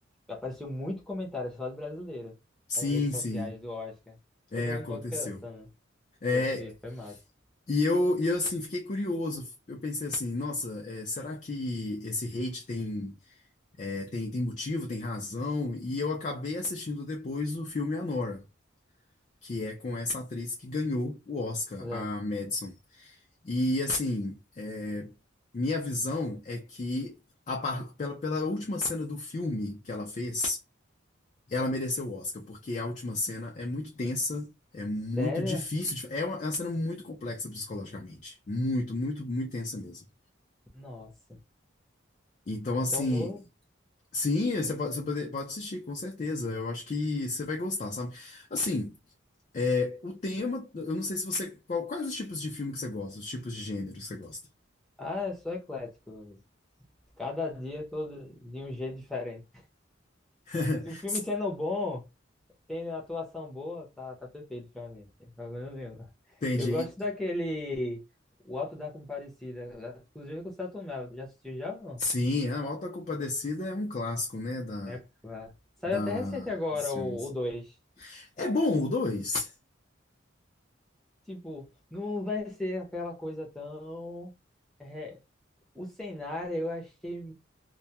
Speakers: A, in the centre; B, on the left.
A: Apareceu muito comentário só de brasileiro
B: Sim,
A: nas redes sociais
B: sim,
A: do Oscar. Todo
B: é, aconteceu.
A: mundo boicotando.
B: É
A: Eu vi, foi massa.
B: E eu, e eu assim, fiquei curioso. Eu pensei assim, nossa, é, será que esse hate tem, é, tem, tem motivo, tem razão? E eu acabei assistindo depois o filme Anora. que é com essa atriz que ganhou o Oscar,
A: Mas, é,
B: a Madison. E assim, é, minha visão é que a par- pela, pela última cena do filme que ela fez, ela mereceu o Oscar, porque a última cena é muito tensa, é muito
A: Sério?
B: difícil, de- é uma, é uma cena muito complexa psicologicamente, muito, muito, muito tensa mesmo.
A: Nossa.
B: Então
A: Então
B: assim,
A: vou.
B: sim, você pode, você pode pode assistir, com certeza. Eu acho que você vai gostar, sabe? Assim. É, o tema, eu não sei se você. qual- quais os tipos de filme que você gosta? Os tipos de gênero que você gosta?
A: Ah, eu sou eclético. Cada dia eu tô de de um jeito diferente.
B: <laughs>
A: Se o filme sendo bom, tendo atuação boa, tá, tá perfeito pra mim. Não tem problema nenhum.
B: Entendi.
A: Eu gosto daquele O Auto da Compadecida, inclusive com o Selton Mello. Já assistiu já ou não?
B: Sim, a Alta Compadecida é um clássico, né? Da,
A: É claro. Saiu
B: da,
A: até recente agora
B: dos filmes.
A: o o dois
B: É bom o dois
A: Tipo, não vai ser aquela coisa tão. é, O cenário eu achei